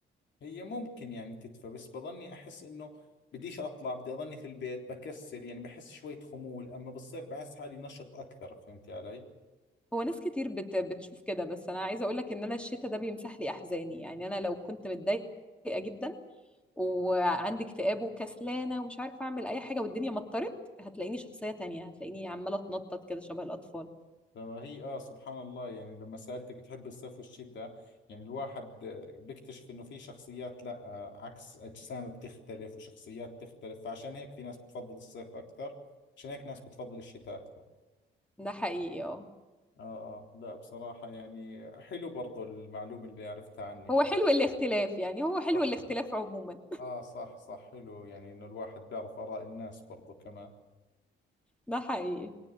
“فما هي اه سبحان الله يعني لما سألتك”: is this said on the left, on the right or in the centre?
Left